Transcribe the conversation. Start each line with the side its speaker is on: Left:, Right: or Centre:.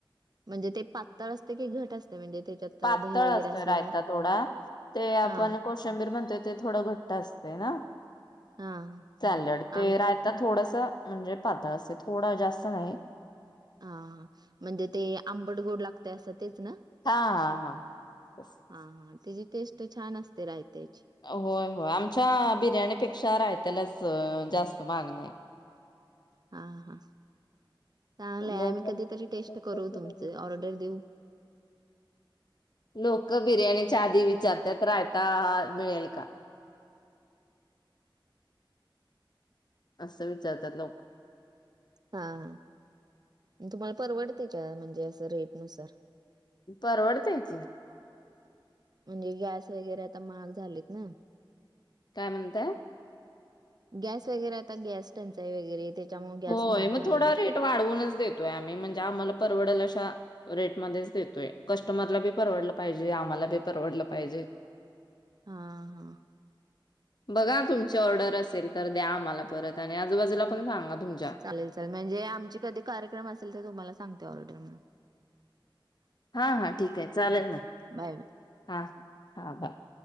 Right: म्हणजे ते पातळ असतय की घट असतय म्हणजे त्याच्यात
Left: पातळ
Right: दही वगैरे
Left: असतोय
Right: असल्यामुळे
Left: रायता थोडा ते आपण
Right: हा
Left: कोशंबीर म्हणतोय ते थोड घट्ट असतय ना
Right: हा
Left: सॅलड ते
Right: आम
Left: रायता थोडस म्हणजे पातळ असय थोडं जास्त नाही
Right: हा हा म्हणजे ते आंबड गोड लागतय असं तेच ना
Left: हा हा हा. आस
Right: हा हा त्याची टेस्ट छान असत्या रायत्याची
Left: होय होय आमच्या बिर्याणी पेक्षा रायत्यालाच जास्त मागणी हाय
Right: हा हा चांगल हाय
Left: लोक
Right: आम्ही कधीतरी टेस्ट करू तुमच ऑर्डर देऊ
Left: लोक बिर्याणीच्या आधी विचारत्यात रायता मिळेल का असं विचारत्यात लोक
Right: हा हा म तुम्हाला परवडतय काय म्हणजे असं रेट नुसार
Left: परवडतंय की
Right: म्हणजे गॅस वगैरे आता महाग झालेत ना
Left: काय म्हणताय
Right: गॅस वगैरे आता गॅस टंचाई वगैरे त्याच्यामुळे गॅस
Left: होय,
Right: महाग
Left: मग
Right: झाले
Left: थोडा
Right: आहेत.
Left: रेट वाढवूनच देतोय आम्ही म्हणजे आम्हाला परवडल अशा रेटमध्येच देतोय कस्टमरला बी परवडलं पाहिजे आम्हाला बी परवडलं पाहिजे.
Right: हा हा
Left: बघा तुमची ऑर्डर असेल तर द्या आम्हाला परत आणि आजूबाजूला पण सांगा. तुमच्या.
Right: चालेल चालेल म्हणजे आमचे कधी कार्यक्रम असेल तर तुम्हाला सांगते ऑर्डर मग.
Left: हां हा ठीक आहे चालेल ना
Right: बाय बाय
Left: हा हा बरं.